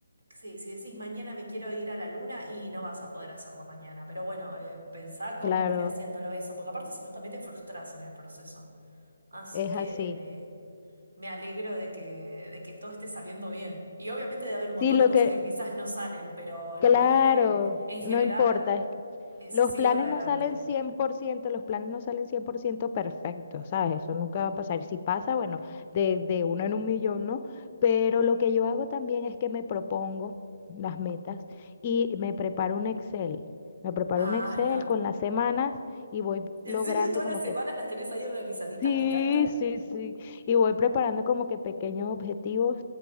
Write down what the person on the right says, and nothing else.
Sí, si decís mañana me quiero ir a la luna y no vas a poder hacerlo mañana, pero bueno, eh, pensá cómo
ir haciéndolo eso, porque aparte si no también te frustras en el proceso. Así
que
me, me alegro de que, de que todo esté saliendo bien. Y obviamente debe haber un montón
de cosas
que quizás no salen, pero lo
bueno es que en
general
eh, se
sigue
para adelante.
Ay,
amo.
¿En
serio todas
las semanas
las tenés ahí organizaditas?
Me encanta.